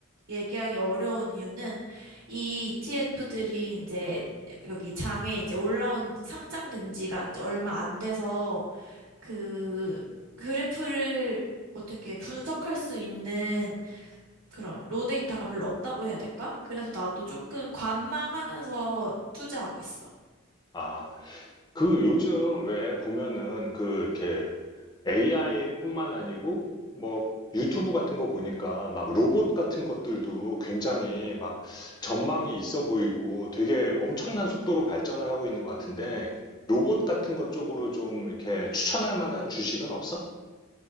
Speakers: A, on the right; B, on the left.
A: 얘기하기 어려운 이유는 이 ETF들이 이제 여기 장에 이제 올라온 상장된 지가 이제 얼마 안 돼서 그 그래프를 어떻게 분석할 수 있는 그런 로 데이터가 별로 없다고 해야 될까? 그래서 나도 조금 관망하면서 투자하고 있어.
B: 아, 그 요즘 왜 보면은 그 이렇게 AI뿐만 아니고 뭐 유튜브 같은 거 보니까 막 로봇 같은 것들도 굉장히 막 전망이 있어 보이고 되게 엄청난 속도로 발전을 하고 있는 것 같은데 로봇 같은 것 쪽으로 좀 이렇게 추천할 만한 주식은 없어?